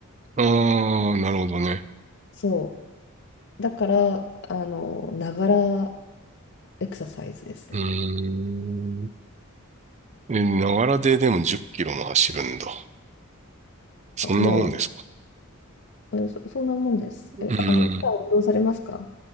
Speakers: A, on the right; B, on the left.
A: ああ、なるほどね。
B: そう。だから、あの、ながらエクササイズですね。
A: うーん。え、ながらででも10キロも走るんだ。そんなもんですか
B: もう、うんそ、そんなもんです。え、
A: うーん。
B: あの、普段運動されますか